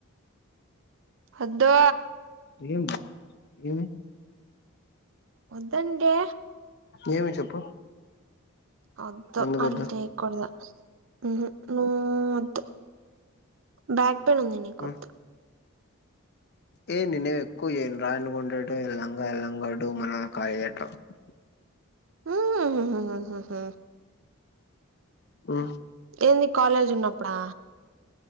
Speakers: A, on the right (about 60°); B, on the left (about 50°).
A: వద్దు
B: ఏం ఏమి
A: వదంటే
B: ఏమి చెప్పు
A: వద్దు
B: ఎందుకొద్దు
A: అల చేయకుడదు మ్ హు నువ్ వద్దు బ్యాక్ పెనుందినికొద్దు
B: హ్మ్ ఏ నినే ఎక్కువ చేయను <unintelligible> ఎల్లంగా ఎల్లంగాట్టు మన <unintelligible> <unintelligible>
A: మ్ హు హు హు
B: ఆ
A: ఏంది కాలేజ్ ఉన్నప్పుడా